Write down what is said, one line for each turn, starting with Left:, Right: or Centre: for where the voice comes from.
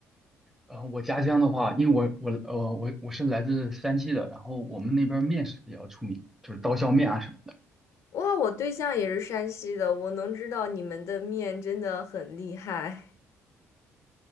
Centre: 呃，我家乡的话，因为我我呃我我是来自山西的，然后我们那边儿面食比较出名，就是刀削面啊什么的，
Left: 哇，我对象也是山西的，我能知道你们的面真的很厉害。